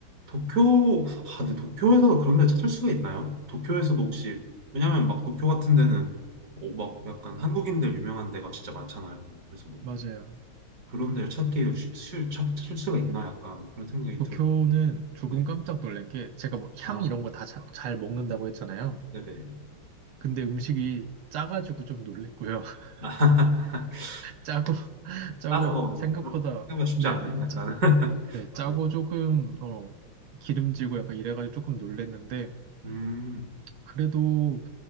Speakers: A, on the right; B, on the right.
A: 도쿄, 아, 근데 도쿄에서도 그런 데 찾을 수가 있나요? 도쿄에서도 혹시, 왜냐면 막 도쿄 같은 데는 어, 막 약간 한국인들 유명한 데가 진짜 많잖아요. 그래서 뭐
B: 맞아요.
A: 그런 데를 찾기 쉬, 쉬, 찾- 찾을 수가 있나 약간 그런 생각이
B: 도쿄는
A: 들었는데,
B: 조금 깜짝 놀란 게 제가 뭐
A: 아,
B: 향 이런 거 다 잘 먹는다고 했잖아요.
A: 네네.
B: 근데 음식이 짜가지고 좀 놀랬고요. <laughs>
A: <laughs>
B: 짜고, <laughs> 짜고
A: 따서 뭐
B: 생각보다,
A: 생각보다 쉽지
B: 네네.
A: 않네, 약간. <laughs>
B: 네, 짜고
A: 네.
B: 조금, 어, 기름지고 약간 이래가지고 조금 놀랬는데,
A: 음,
B: 그래도,